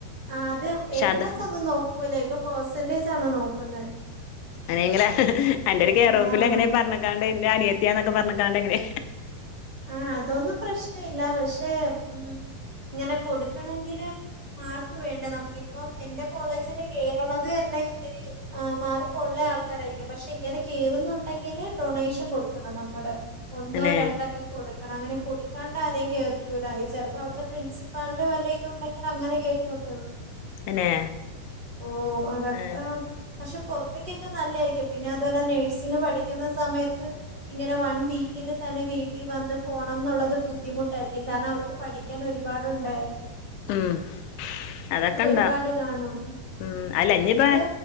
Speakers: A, on the right; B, on the left.
A: ആ അത്
B: പക്ഷെ
A: എ പ്ലസ്
B: അതാ
A: ഒന്നും നോക്കൂല്ല ഇപ്പൊ പെർസെന്റേജ് ആണ് നോക്കുന്നെ
B: അങ്ങനെങ്കിലാ അന്റെ ഒരു കേയറോഫിൽ
A: ആഹ്
B: അങ്ങനെ പറഞ്ഞക്കാണ്ട് എന്റെ അനിയത്തിയാന്നൊക്കെ പറഞ്ഞക്കാണ്ട് എങ്ങനെ
A: ആ അതൊന്നും പ്രശ്നവില്ല പക്ഷെ ഉം ഇങ്ങനെ കൊടുക്കണെങ്കില് മാർക്ക് വേണ്ടെ നമുക്കിപ്പം എന്റെ കോളേജില് കേറണത് തന്നെ ഇത്തിരി ആ മാർക്ക് ഒള്ളെ ആൾക്കാരായിരിക്കും പക്ഷെ ഇങ്ങനെ കേറുന്നൊണ്ടെങ്കില് ഡൊണേഷൻ കൊടുക്കണം നമ്മള് ഒന്നോ
B: തന്നെ
A: രണ്ട്ക്കെ കൊടുക്കണം അങ്ങനെ കൊടുക്കാണ്ട് ആരേം കേറ്റൂല്ലാ ചെലപ്പോ അവിടത്തെ പ്രിൻസിപ്പാളിന്റെ വല്ല ഇതുണ്ടെങ്കി അങ്ങനെ കേറ്റുവന്നെ ഒള്ളൂ
B: തന്നെ
A: ഓ അതക്ക
B: ഏഹ്
A: പക്ഷെ പൊറത്തേക്കൊക്കെ നല്ലേരിക്കും പിന്നെ അതുപോലെ നേഴ്സിങ് പഠിക്കുന്ന സമയത്ത് ഇങ്ങനെ വൺ വീ ക്കെൻറ്റ് തന്നെ തന്നെ വീട്ടി വന്ന് പോണം ന്നോള്ളത് ബുദ്ധിമുട്ടാരിക്കും കാരണം അവർക്ക് പഠിക്കാൻ ഒരുപാട് ഒണ്ടേ
B: ഉം അതൊക്കെ ഇണ്ടാ
A: ഒരുപാട് കാണും
B: ഉം അല്ല ഇനിപ്പ
A: അത്